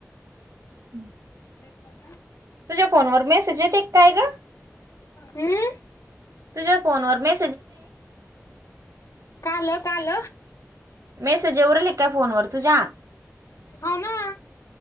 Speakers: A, on the right (about 75°); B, on the left (about 75°).
A: हम्म
B: ह
A: तुझ्या फोनवर मेसेज येत एक काय का
B: हम्म
A: तुझ्या फोनवर मी
B: काल काल
A: मेसेज एवरल का फोनवर तू जा
B: हो ना